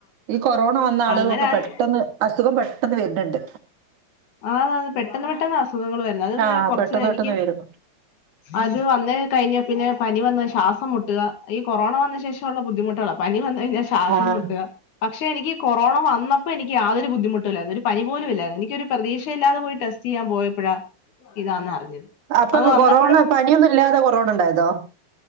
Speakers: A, on the right; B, on the left.
A: ഈ കൊറോണ വന്ന ആളുകൾക്കൊക്കെ
B: അങ്ങനെ ആയി
A: പെട്ടെന്ന് അസുഖം പെട്ടെന്ന് വരുന്ന്ണ്ട്
B: ആഹ് പെട്ടെന്ന് പെട്ടെന്ന് അസുഖങ്ങൾ വരുന്നു അത് മുന്നെ
A: ആഹ്
B: കുറച്ച്
A: പെട്ടെന്ന്
B: എനിക്ക്
A: പെട്ടെന്ന് വരും
B: അത് വന്ന് കഴിഞ്ഞ പിന്നെ പനി വന്ന് ശ്വാസം മുട്ടുക ഈ കൊറോണ വന്ന ശേഷമുള്ള ബുദ്ധിമുട്ടുകളാ പനി വന്നു കഴിഞ്ഞാൽ ശ്വാസം
A: ആഹ്
B: മുട്ട് പക്ഷെ എനിക്ക് കൊറോണ വന്നപ്പോ എനിക്ക് യാതൊരു ബുദ്ധിമുട്ട ഇല്ലായിരുന്നു ഒരു പനിപ്പൊ പോലും ഇല്ലായിരുന്നു എനിക്കൊരു പ്രതീക്ഷയില്ലാതെ പോയി ടെസ്റ്റ് ചെയ്യാൻ പോയപ്പോഴാ ഇതാന്ന് അറിഞ്ഞത്
A: അപ്പൊ
B: അത് വന്നപ്പോഴും
A: കൊറോണ പനിയൊന്നും ഇല്ലാതെ കൊറോണ ഉണ്ടായതോ